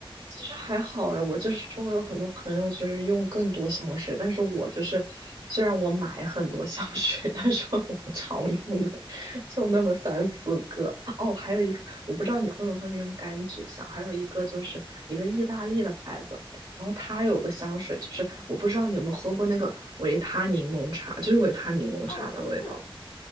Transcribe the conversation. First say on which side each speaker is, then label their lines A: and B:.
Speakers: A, on the right; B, on the left.
A: 其实还好哎，我就是周围有很多朋友就是用更多香水，但是我就是虽然我买很多香水，但是 <laughs> 我常用的就那么三四个。哦，还有一个我不知道你会不会用柑橘香，还有一个就是一个意大利的牌子。然后它有个香水，就是我不知道你有没有喝过那个维他柠檬茶，就是维他柠檬茶的味道。
B: 哦！我喝过，